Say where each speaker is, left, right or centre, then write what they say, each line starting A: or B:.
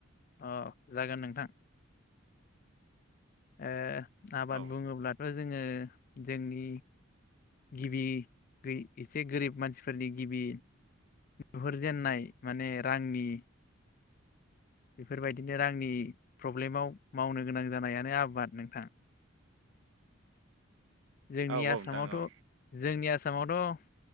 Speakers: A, on the left; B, on the right.
A: अ जागोन नोंथां ओ आबाद
B: औ
A: बुङोब्लाथ' जोङो जोंनि गिबि एसे गोरिब मानसिफोरनि गिबि नुहुरजेननाय माने रांनि बेफोरबायदिनो रांनि प्रब्लेमाव मावनो गोनां जानायानो आबाद नोंथाङा
B: <inaudible>
A: जोंनि
B: औ औ
A: आसामावथ'
B: नोंथां औ
A: जोंनि आसामावथ'